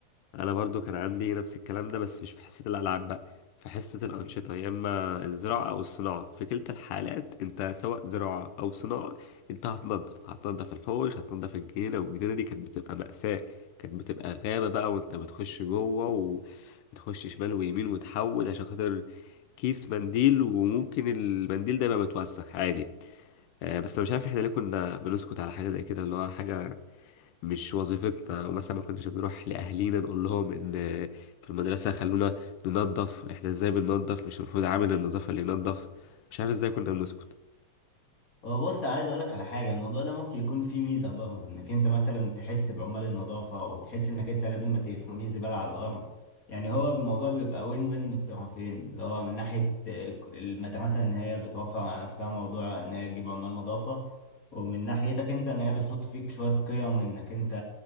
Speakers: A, on the left; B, on the left.
A: انا برضو كان عندي نفس الكلام ده بس مش في حصة الالعاب بقى في حصة الانشطة يا اما الزراعة او الصناعة في كلتا الحالات انت سواء زراعة او صناعة انت هتنضف هتنضف الحوش هتنضف الجنينة والجنينة دي كانت بتبقى مأساة كانت بتبقى غابة بقى وانت بتخش جوه وتخش شمال ويمين وتحول عشان خاطر كيس منديل وممكن المنديل ده يبقى متوسخ عادي آه، بس انا مش عارف احنا ليه كنا بنسكت على حاجة زي كده اللي هو حاجة مش وظيفتنا ومثلا ما كناش بنروح لأهالينا نقول لهم إن في المدرسة خلونا ننظف إحنا إزاي بننظف مش المفروض عامل النظافة اللي ينظف مش عارف إزاي كنا بنسكت
B: هو بص عايز اقول لك على حاجه الموضوع ده ممكن يكون فيه ميزه برضه انك انت مثلا تحس بعمال النظافه او تحس انك انت لازم ما ترميش زباله على الارض يعني هو الموضوع بيبقى وين وين من الطرفين اللي هو من ناحيه ال- المدرسه ان هي بتوفر على نفسها موضوع ان هي تجيب عمال نظافه ومن ناحيتك انت ان هي بتحط فيك شويه قيم انك انت